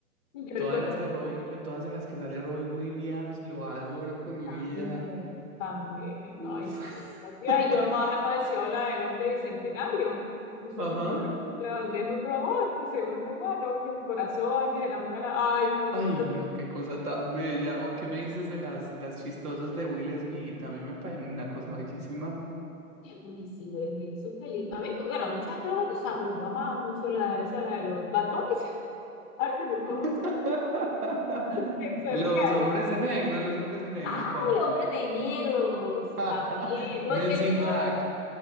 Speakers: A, on the left (about 25°); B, on the right (about 80°).
A: Yo
B: Todas
A: recuerdo
B: las de
A: mucho
B: Robin, le- todas en las que sale Robin Williams, lo adoro con mi
A: también,
B: vida.
A: también.
B: Uf.
A: Ay, sí. La tía,
B: <laughs>
A: y yo amaba demasiado la del hombre bicentenario. No sé
B: Ajá.
A: si fue la donde es un robot que se vuelve humano, que el corazón, que se enamora. La... Ay, tan bonito.
B: Ay, no, qué cosa tan bella. ¿O qué me dices de las, las chistosas de Will Smith? A mí me parece una cosa bellísima.
A: Sí, sí, güey, su película. A mí, bueno, a mucha gente no le gustaba, pero yo amaba mucho la, esa, la de los Bad Boys. <laughs> A mí me gustó mucho.
B: <laughs>
A: en su época
B: Los
A: de
B: hombres
A: oro.
B: de negro, los hombres de negro,
A: Ay,
B: ¿cuál?
A: hombres de negros,
B: <laughs>
A: también. No,
B: Men
A: es que él
B: in
A: tiene
B: Black.
A: otra,